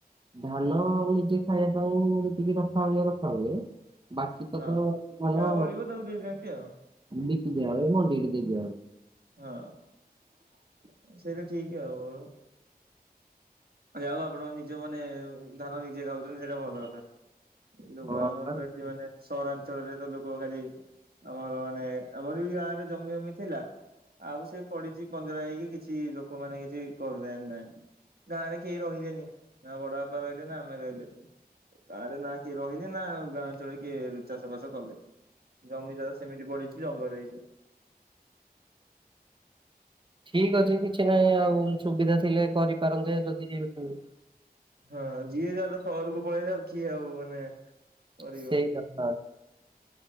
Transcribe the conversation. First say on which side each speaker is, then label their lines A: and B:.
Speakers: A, on the right; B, on the right.
A: ଧାନ ନିଜେ ଖାଇବା ପାଇଁ, ଯେତିକି ରଖା ହୁଏ, ରଖା ହୁଏ ବାକି ତକ
B: ହଁ
A: ଧାନ
B: ଯାହା ବଳିବ ତାକୁ ଦେଇଦିଅନ୍ତି ଆଉ।
A: ବିକି ଦିଆ ହୁଏ, ମଣ୍ଡିକୁ ଦେଇ ଦିଆ ହୁଏ।
B: ହଁ ସେଟା ଠିକ ଆଉ ଯା ହଉ, ଆପଣ ନିଜେ ମାନେ, ଧାନ ନିଜେ ଖାଉଛନ୍ତି ସେଇଟା ଭଲ କଥା। ଲୋକ
A: ହଁ
B: ଆମର, ତ ଏଠି ମାନେ ସହରାଞ୍ଚଳରେ ତ, ଲୋକ ଖାଲି ଆମର ମାନେ, ଆମର ବି ଗାଁରେ ଜମି, ଫମି ଥିଲା। ଆଉ ସେ ପଡିଛି ପଞ୍ଜରା ହେଇକି, କିଛି ଲୋକମାନେ କିଛି କରୁ ନାହିଁ ନାଇଁ। ଗାଁରେ କେହି ରହିଲେନି। ନା ବଡ ବାପା ରହିଲେ, ନା ଆମେ ରହିଲେ। ଗାଁରେ ନାଁ କିଏ ରହିଲେ ନା ଗାଁ ଚଳି କିଏ ଚାଷ, ବାସ କଲେ, ଜମିଟା ତ ସେମିତି ବଢିଛି, ଜଙ୍ଗଲ ହେଇକି।
A: ଠିକ ଅଛି, କିଛି ନାହିଁ, ଆଉ ସୁବିଧା ଥିଲେ କରିପାରନ୍ତେ। ଯଦି କେବେ
B: ହଁ ଯିଏ ଯାର ସହରକୁ ପଳେଇ ଯାଉ କିଏ ଆଉ ମାନେ କରିବ
A: ସେଇ କଥା।